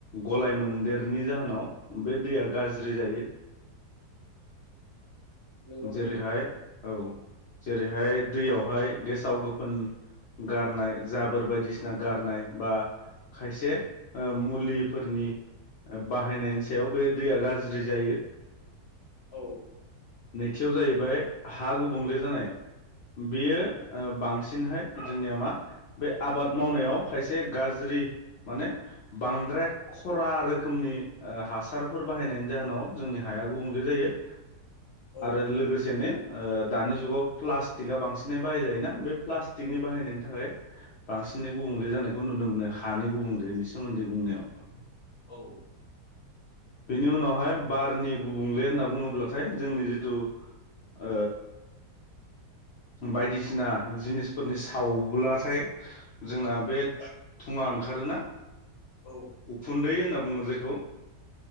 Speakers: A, on the left (about 80°); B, on the left (about 25°).
A: गलाय मोनदेरनि जाहोनाव बे दैया गा ज्रि जायो।
B: नोंगौ
A: जेरैहाय
B: नोंथां।
A: औ जेरैहाय दैयावहाय गेसाव गोफोन गारनाय जाबोर बायदिसिना गारनाय बा खायसे ओ मुलिफोरनि बाहायनायनि सायाव बे दैया गाज्रि जायो।
B: औ
A: नैथियाव जाहैबाय हा गुबुंले जानाय। बेयो बांसिनहाय जोंनिया मा बे आबाद मावनायाव खायसे गाज्रि माने बांद्राय खरा रो खोमनि हासारफोर बाहायनायनि जाहोनाव जोंनि हाया गुबुंले जायो।
B: औ
A: आरो लोगोसेनो दानि जुगाव प्लास्टिकआ बांसिनै बाहायजायोना बे प्लास्टिकनि बाहायनायनि थाखाय बां सिनै गुबुंले जानायखौ नुनो मोनो हानि गुबुंलेनि सोमोन्दै बुंनायाव।
B: औ
A: बेनि उनावहाय बारनि गुबुंले होनना बुङोब्लाथाय जोंनि जिथु ओ बायदिसिना जिनिसफोरनि सावब्लाथाय जोंना बे दुङा ओंखारोना
B: औ
A: उखुन्दै होनना बुङो जायखौ